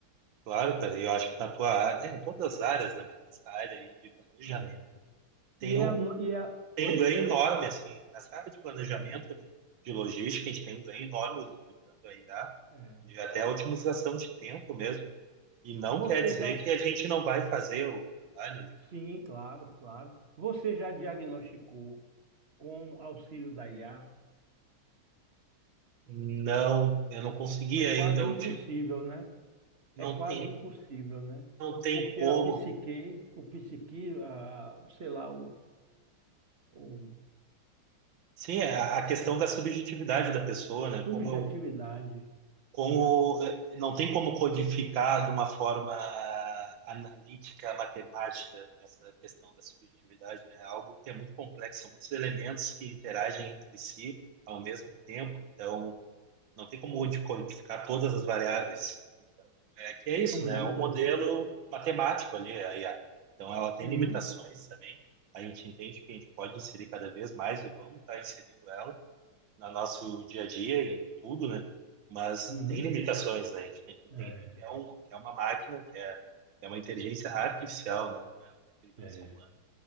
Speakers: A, on the right (about 70°); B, on the right (about 40°).
A: claro, cara, eu acho que na tua área, é, em todas as áreas, né? Mas nessa área aí de planejamento,
B: É.
A: tem
B: E é,
A: um,
B: a no- e é,
A: tem
B: oi?
A: um ganho enorme, assim, nessa área de planejamento,
B: É.
A: de, de logística, a gente tem um ganho enorme utilizando a IA,
B: É.
A: de até a otimização de tempo mesmo. né? E não
B: Você
A: quer dizer
B: já,
A: que a gente não vai fazer o trabalho. né?
B: sim, claro, claro. Você já diagnosticou com auxílio da IA?
A: Não, eu não consegui
B: É quase
A: ainda, uti-
B: impossível, né?
A: não
B: É quase
A: tem,
B: impossível, né?
A: não tem
B: Porque
A: como
B: a psique, o psique, a, sei lá, o, o-
A: Sim, é a a questão da subjetividade da pessoa,
B: a subjetividade,
A: né? Como eu, como
B: né?
A: não tem como codificar de uma forma analítica, matemática essa questão da subjetividade, né? É algo que é muito complexo, são muitos elementos que interagem entre si ao mesmo tempo, então não tem como de codificar todas as variáveis. Então, é que é isso,
B: São muitas,
A: né? É um modelo
B: né?
A: matemático ali, a IA. Então ela tem
B: Uhum,
A: limitações também. A gente entende que a gente pode inserir cada vez mais e vamos estar inserindo ela no nosso dia a dia, em tudo, né? Mas
B: uhum.
A: tem limitações, né? A gente tem que entender
B: É,
A: que é, um, que é uma máquina, que é, que é uma inteligência artificial, né? Não é uma inteligência
B: é.
A: humana.